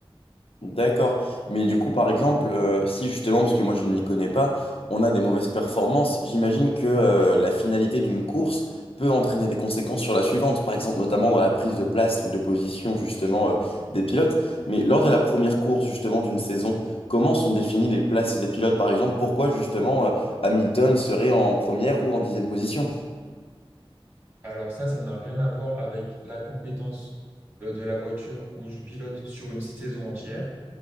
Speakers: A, on the left (about 70°); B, on the right (about 25°).
A: D'accord. Mais du coup, par exemple, euh, si justement, parce que moi je n'y connais pas, on a des mauvaises performances, j'imagine que euh, la finalité d'une course peut entraîner des conséquences sur la suivante, par exemple notamment dans la prise de place ou de position justement euh, des pilotes. Mais lors de la première course justement d'une saison, comment sont définies les places des pilotes, par exemple, pourquoi justement euh, Hamilton serait en première ou en dixième position?
B: Alors ça, ça n'a rien à voir avec la compétence euh, de la voiture ou du pilote sur une saison entière.